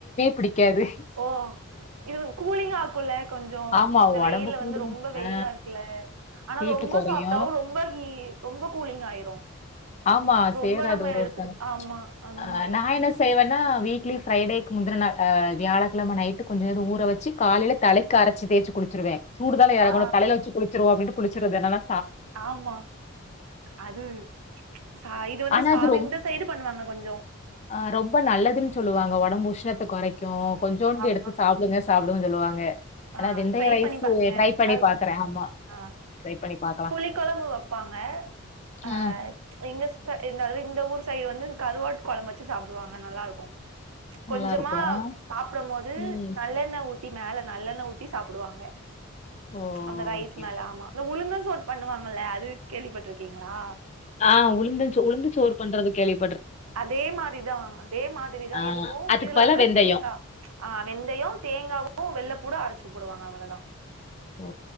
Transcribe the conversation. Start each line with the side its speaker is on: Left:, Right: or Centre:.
Left: பிடிக்காது.
Right: ஓ இது கூலிங் ஆக்குல கொஞ்சம்
Left: ஆமா
Right: இந்த
Left: ஒடம்புக்கு
Right: வெயில வந்து ரொம்ப வெயிலா
Left: ஆ
Right: இருக்குல ஆனா
Left: ஹீட்டு
Right: ரொம்ப
Left: கொறையும்.
Right: சாப்டாவும் ரொம்பஹ ரொம்ப கூலிங் ஆயிரு
Left: ஆமா
Right: ரொம்ப
Left: சேராது
Right: நம்ம
Left: ஒரு
Right: எடுத்துக்கிட்
Left: ஒருத்தங்
Right: ஆமா
Left: ச்
Right: அந்த
Left: ஆ
Right: மாரி
Left: நா என்ன செய்வனா வீ ட்லி ஃப்ரைடேக்கு முந்தின நாள் அ வியாழக்கிழம நைட்டு கொஞ்சொண்டு ஊற வச்சு காலையில தலைக்கு அரைச்சு தேய்ச்சு குளிச்சிருவே சூடு தான இறங்கணு
Right: ஆ
Left: தலைல வச்சு குளி வச்சுருவோ அப்டின்ட்டு குளிச்சிருது என்னனா
Right: ஆமா அது சா இது வந்து
Left: ஆனா
Right: சாவிந்த
Left: அது ரொம்
Right: சைடு பண்ணுவாங்க கொஞ்சோ
Left: அ ரொம்ப நல்லதுன்னு சொல்லுவாங்க ஒடம்பு உஷ்ணத்த கொறைகு கொஞ்சோண்டு
Right: ஆமா
Left: எடுத்து சாப்டுங்க சாப்பிடவு சொல்லுவாங்க
Right: ஆ
Left: ஆனா வெந்தய
Right: ட்ரை
Left: ரைஸு
Right: பண்ணி பாருங்க
Left: ட்ரை பண்ணி
Right: <unintelligible>
Left: பார்க்குறேன். ஆமா.
Right: அ
Left: ட்ரை பண்ணி பார்க்கலாம்.
Right: புளி கொழம்பு வப்பாங்க அ
Left: ஆ
Right: எங்க த இருதாலு இந்த ஊர் சைடு வந்து கருவாட் கொழம்பு வச்சி சாப்டுவாங்க நல்லாருக்கு கொஞ்சமா
Left: நல்லாருக்கும்.
Right: சாப்பிட போது
Left: ம்.
Right: நல்லெண்ண உ த்தி மேல நல்லெண்ண ஊத்தி சாப்பிடுவாங்க
Left: ஓ!
Right: அந்த ரைஸ்
Left: ஓகே.
Right: மேல ஆமா அ உளுந்தும் சொ பண்ணுவாங்கல்ல அது கேள்விப்பட்டட்டுருக்கீங்களா
Left: ஆஹ் உளுந்து உளுந்து சோறு பண்றது கேள்வி
Right: அதே மாதிரிதான் அதே மாதிரிதான்
Left: ஆ
Right: இதுவும்
Left: அதுக்கு
Right: இதுல
Left: பதிலா
Right: வந்து
Left: வெந்தயம்.
Right: தேங்காய் ஆஹ் வெந்தயம் தேங்காவும் வெள்ளை பூட அரைச்சு சுப்படுவாங்க அவ்வளவுதான்
Left: ஓ